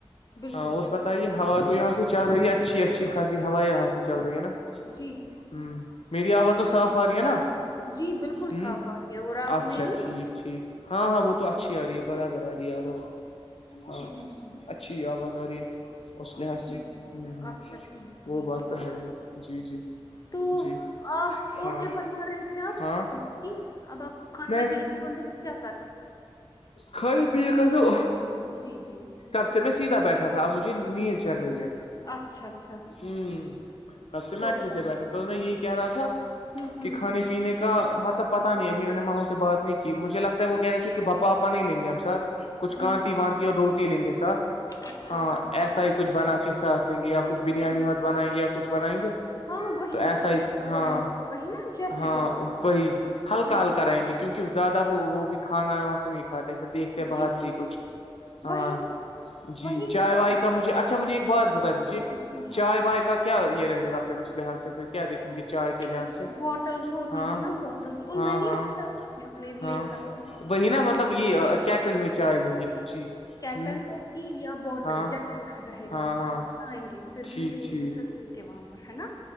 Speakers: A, on the left; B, on the left.
A: بالکل
B: ہاں اور
A: صحیح
B: بتائیے
A: بالکل
B: ہوا
A: صحیح
B: تو یہاں سے چل رہی ہے اچھی اچھی خاصی ہوا یہاں سے چل رہی ہے نا
A: جی
B: ہ میری آواز تو صاف آ رہی ہے نا
A: جی بالکل
B: ہ
A: صاف آ رہی ہے اور آپ
B: اچھا
A: میری
B: ٹھیک ھیک ہاں ہاں وہ تو اچھی آ رہی ہے برابر آ رہی ہے بس ہاں
A: جی جی
B: اچھی آواز آ رہی ہے اس لحاظ
A: جی
B: سے ہ ہ
A: اچھا ٹھیک ٹھیک
B: وہ بات تو ہے ہی جی جی
A: تو
B: جی
A: آ
B: ہاں
A: اور کیا فرما رہے تھے آپ
B: ہاں
A: باقی اب آپ کھان
B: میں
A: پینے کا بندوبست کیا کر
B: خھائی پی کر تو
A: جی جی
B: تب سے میں سیدھا بیٹھا تھا اب مجھے نیند چڑھ رہی ہے
A: اچھا اچھا
B: ہوں کب سے میں
A: کوئی
B: اچھے
A: بات
B: سے بیٹھا
A: نہیں
B: تو میں یہی
A: جی
B: کہہ رہا
A: جی
B: تھا
A: ہوں ہوں
B: کہ کھانے پینے کا مطلب پتا نہیں اب میں نے ماما سے بات نہیں کی مجھے لگتا ہے وہ کہہ رہ تھے کہ بھپا آپا نہیں لیں گے ہم سھ کچھ کانتی
A: جی ہاں
B: وانتی اور روٹی لیں گے ساتھ
A: اچھا
B: ہاں
A: اچھا اچھا
B: ایسا ہی کچھ بنا کے ساتھ لیں گے یا کچھ بریانی
A: جی
B: مت بنائیں گے یا کچھ بنائیں گے
A: ہاں وہی
B: تو ایسا
A: جیسے
B: ہی ہاں
A: جو رہے وہی نا جیسے
B: ہاں
A: جو رہے
B: وہی
A: گا
B: ہلکا
A: ہوں
B: ہلکا یں گے کیونکہ زیادہ وہ وہ بھی کھانا وہاں سے نہیں کھاتے پھر دیکھتے باہر
A: جی
B: سے ہی کچھ ہاں
A: وہی
B: جی
A: وہی
B: چائے
A: تو
B: وائے کا مجھے اچھا مجھے ایک بات بتا دیجیے
A: جی ہاں
B: چائے و کا کیا یہ رہے گا پھر اس لحاظ سے پھر کیا دیکھیں گے چائے کے لحاظ
A: جس
B: سے
A: بوٹلس ہوتی
B: ہاں
A: ہے نا بوٹلس ان
B: ہاں
A: میں نہیں
B: ہاں
A: خچا اپنے اپنے
B: ہاں
A: لے سکتا
B: وہی نا مطلب یہ کیٹل میں چائے لیں گے پھر جی
A: کیٹل
B: ہ
A: ہوگی یا بوٹل
B: ہاں
A: جیسے رہے
B: ہاں
A: گا
B: ہاں
A: ئیں گے پھر
B: ٹھیک
A: بھی پیئیں
B: ٹھیک
A: گے پھر مل کے وہاں پر ہے نا